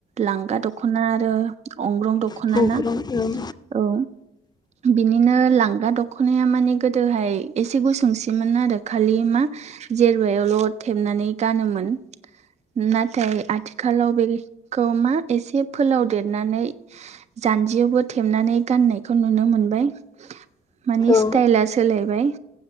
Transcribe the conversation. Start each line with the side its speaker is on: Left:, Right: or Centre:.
Right: लांगा दख'ना आरो अंग्रं दख'ना
Left: गोबां
Right: ना
Left: ओं
Right: औ। बिनिनो लांगा दख'नाया माने गोदोहाय एसे गुसुंसिमोन आरो खालि मा जेरबायावल' थेबनानै गानोमोन। नाथाय आथिखालाव बेखौ मा एसे फोलाव देरनानै जानजियावबो थेबनानै गाननायखौ नुनो मोनबाय। मानि
Left: औ
Right: स्टाइला सोलायबाय